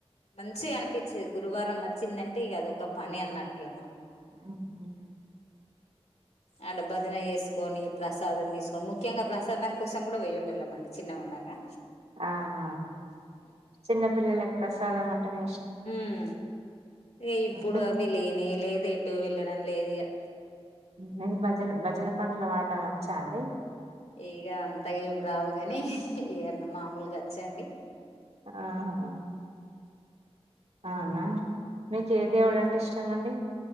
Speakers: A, on the left; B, on the right.
A: మంచి అనిపించేది గురువారం అచ్చిందంటే ఇగా అదొక పని అన్నట్టిగామక్
B: ఉహు
A: ఆడ భజన చేసుకొని ప్రసాదం తీసుకొని ముఖ్యంగా ప్రసాదం కోసం కూడా పోయేటోల్లమండి చిన్నగుండంగా
B: అగ చిన్నపిల్లక్ ప్రసాదం అంటనే
A: మ్ ఇగ ఇప్పుడు
B: మీ
A: అవి లేనే లేదు ఎటు వెళ్ళడం లేదు ఇగా
B: మిక్ భజన భజన పాటలు పాడడం వచ్చా అండి
A: ఇగ అంతగెం రావు గాని ఇగ మామూలుగా వచ్చండీ
B: ఆహా అవునా మిక్ ఏ దేవుడు
A: ఇంకా
B: అంటే ఇష్టమండి